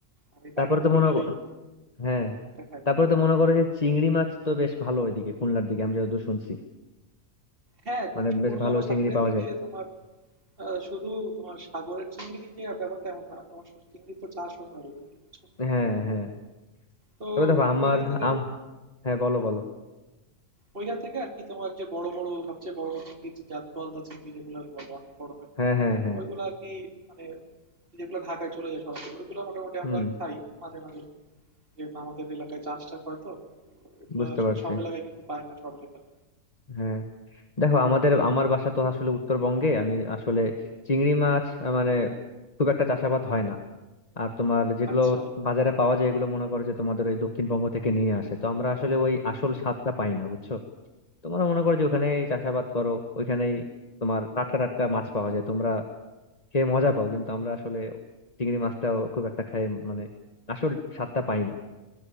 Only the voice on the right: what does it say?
আমি বাইরের
দিকে
গেলেই
এটা খাই
হ্যাঁ
খুলনা
বা সাতক্ষীরার
দিকে
তোমার আহ, শুধু তোমার সাগরের চিংড়ি যে ব্যাপারটা এমন না তোমার চিংড়ি তো চাষও হয় এদিকে বুঝছো
তো
ওইখান থেকে
ওইখান থেকে আর কি তোমার যে বড় বড় সবচেয়ে বড় চিংড়ি যে জাত গলদা চিংড়ি যেগুলো বলে অনেক বড় হয়
ওইগুলো আর কি মানে যেগুলো ঢাকায় চলে যায় সরাসরি ওইগুলো মোটামুটি
আমরা খাই মাঝে মাঝে যেহেতু আমাদের এলাকায় চাষ টাস হয় তো তো এগুলো
আসলে
সব এলাকায় কিন্তু পায় না সব এলাকায়
আচ্ছা